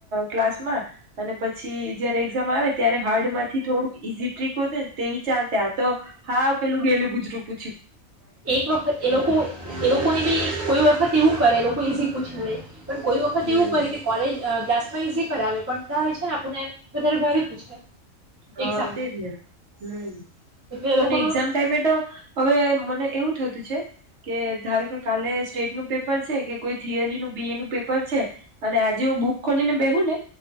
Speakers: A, on the right; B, on the right.
A: ક્લાસમાં, અને પછી જયારે એક્ઝામ આવે ત્યારે હાર્ડ માંથી થોડુંક ઈઝી ટ્રીક હોત ને તેવી ચાલ આ તો, હા પેલું ગયેલું ગુજરું પૂછ્યું.
B: એક વખત એ લોકો એ લોકોને બી કોઈ વખત કેવું કરે એ લોકો ઇઝી પુછીલે પણ કોઈ વખત
A: હમ
B: એવું કરે કે કોલેજ ક્લા પેપર ઈઝી કરાવે પણ ત્યા જે ને આપુને વધારે ભારી પૂછે એક્ઝામમાં
A: હા તેજ ને હમ્મ
B: એટલે એ લોકોનું
A: અને એક્ઝામ ટાઈમે તો હવે મને એવું થતું છે કે ધારો કે કાલે સ્ટેટ નું પેપર છે કે કોઈ થિયરી નું બી એ નું પેપર છે અને આજે હું બુક ખોલીને બેહું ને